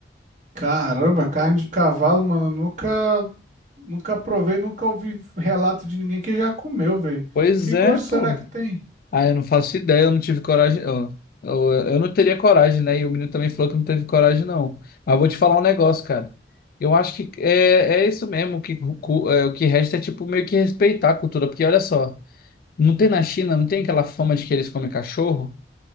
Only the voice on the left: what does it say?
Pois
é,
pô.
Ah, eu não faço ideia, eu não tive coragem. ó, eu, eu não teria coragem, né? E o menino também falou que não teve coragem, não. Mas eu vou te falar um negócio, cara. Eu acho que é, é isso mesmo, o que, o cu- é, o que resta é tipo meio que respeitar a cultura, porque olha só, não tem na China, não tem aquela fama de que eles comem cachorro?